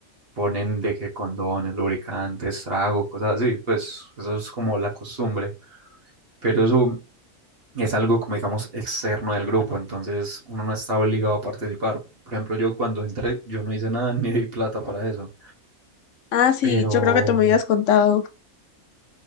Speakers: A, on the right; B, on the left.
A: Ponen de que condones, lubricantes, trago, cosas así, pues eso es como la costumbre. Pero eso es algo como digamos externo del grupo, entonces uno no está obligado a participar. Por ejemplo, yo cuando entré, yo no hice nada <laughs> ni di plata para eso,
B: Ah, sí,
A: pero,
B: yo creo que tú me habías contado.